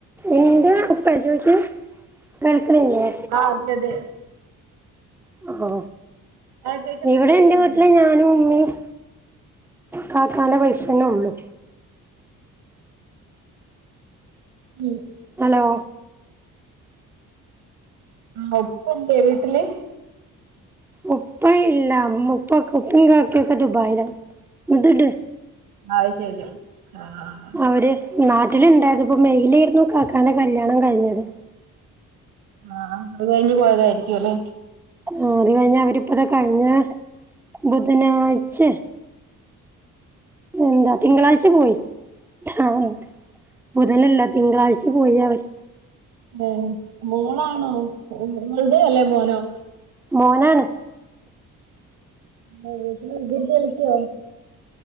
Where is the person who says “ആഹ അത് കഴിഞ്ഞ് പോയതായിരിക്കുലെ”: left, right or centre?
Right